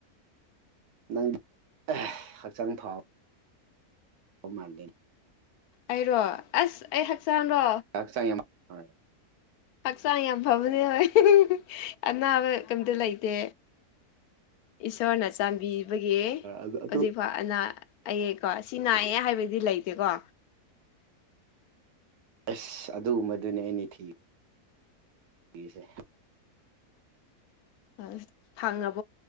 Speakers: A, on the right; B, on the left.
A: ꯅꯪꯗꯤ ꯍꯛꯆꯥꯡ ꯐꯥꯎ ꯍ ꯃꯥꯗ
B: ꯑꯩꯔꯣ ꯑꯁ ꯑꯩ ꯍꯛꯆꯥꯡꯔꯣ
A: ꯍꯛꯆꯥꯡ ꯌꯥꯝ ꯍꯣꯏ
B: ꯍꯛꯆꯥꯡ ꯌꯥꯝ ꯐꯕꯅꯦ ꯍꯣꯏ ꯑꯅꯥꯕ ꯀꯩꯝꯇ ꯂꯩꯇꯦ ꯏꯁꯣꯔꯅ ꯆꯥꯟꯕꯤꯕꯒꯤ
A: ꯑꯗꯨ ꯑꯗꯨ
B: ꯍꯧꯖꯤꯛꯐꯥꯎ ꯑꯅꯥ ꯑꯩꯀꯣ ꯁꯤ ꯅꯥꯏꯌꯦ ꯍꯥꯏꯕꯗꯤ ꯂꯩꯇꯦꯀꯣ
A: ꯑꯦꯁ ꯑꯗꯨꯒꯨꯝꯕꯗꯨꯅꯦ ꯑꯩꯅ ꯊꯤꯔꯤꯁꯦ ꯌꯦꯁꯦ
B: ꯑ ꯊꯥꯡꯉ <unintelligible>